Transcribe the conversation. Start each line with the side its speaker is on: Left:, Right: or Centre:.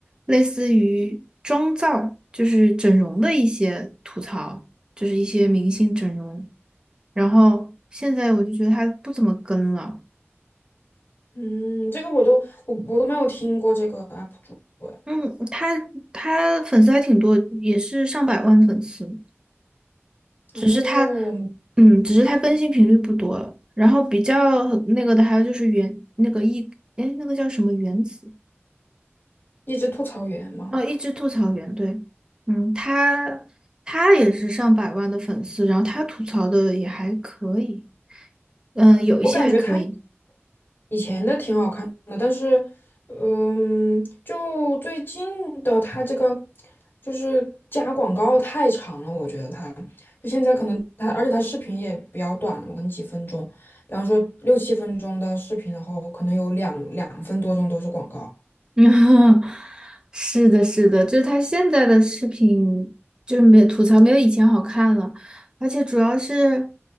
Right: 类似于妆造，就是整容的一些吐槽，就是一些明星整容。然后现在我就觉得他不怎么跟了。
Left: 嗯，这个我都我我都没有听过这个 UP 主哎。
Right: 嗯，他他粉丝还挺多，也是上百万粉丝，只是他，
Left: 哦，
Right: 嗯，只是他更新频率不多了。然后比较那个的还有就是原那个一，哎，那个叫什么原子？
Left: 一只吐槽员嘛，
Right: 哦，一只吐槽原对，嗯，他他也是上百万的粉丝，然后他吐槽的也还可以，嗯、有一些还可以。
Left: 我感觉他。以前的挺好看的，但是，嗯，就最近的它这个就是加广告太长了，我觉得它就现在可能它，而且它视频也比较短了嘛，可能几分钟，比方说六七分钟的视频，然后可能有两两分多钟都是广告。
Right: <laughs> 嗯，是的，是的，就是他现在的视频就是没吐槽没有以前好看了，而且主要是，